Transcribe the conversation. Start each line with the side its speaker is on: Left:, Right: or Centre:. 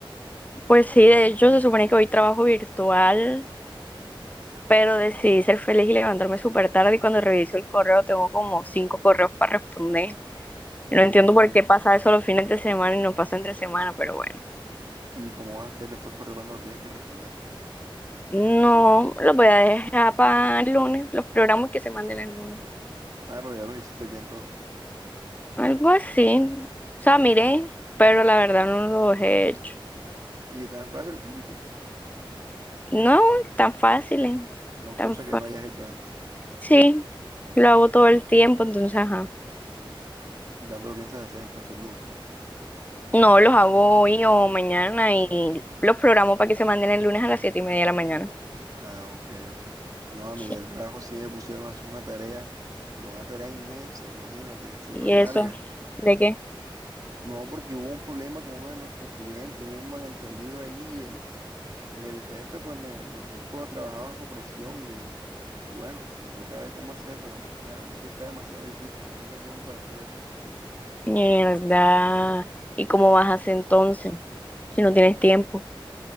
Left: Pues sí, de hecho se supone que hoy trabajo virtual, pero decidí ser feliz y levantarme súper tarde y cuando reviso el correo tengo como cinco correos para responder.
Right: Mm,
Left: No entiendo por qué pasa eso los fines de semana y no pasa entre semana, pero bueno.
Right: ¿y cómo vas a hacer estos correos cuando lo tienes que responder?
Left: No, los voy a dejar para el lunes, los programas que se manden el lunes.
Right: Ah, pero ya los hiciste ya entonces.
Left: Algo así. O sea, miré,
Right: Mm,
Left: pero la verdad no los he hecho.
Right: ¿y tan fácil o tan difícil?
Left: No, tan fáciles.
Right: No,
Left: Tan
Right: cosa
Left: fácil.
Right: que no hayas hecho antes.
Left: Sí, lo hago
Right: Mm,
Left: todo el tiempo, entonces, ajá.
Right: mm, ¿y cuándo lo piensas hacer entonces el lunes?
Left: No, los hago hoy o mañana y los programo para que se manden el lunes a las siete y media de la mañana.
Right: Ah, ok, ok. No, a mí
Left: Sí.
Right: del trabajo sí me pusieron a hacer una tarea, pero una tarea inmensa, imagínate, súper
Left: ¿Y
Right: larga.
Left: eso? ¿De qué?
Right: No, porque hubo un problema con uno de nuestros clientes, hubo un malentendido ahí y el, y el jefe pues me, me puso a trabajar bajo presión y, y bueno, me toca ver cómo hacer, pero la verdad sí está demasiado difícil, no tengo tiempo para hacer eso.
Left: Mierda. ¿Y cómo vas a hacer entonces? si no tienes tiempo.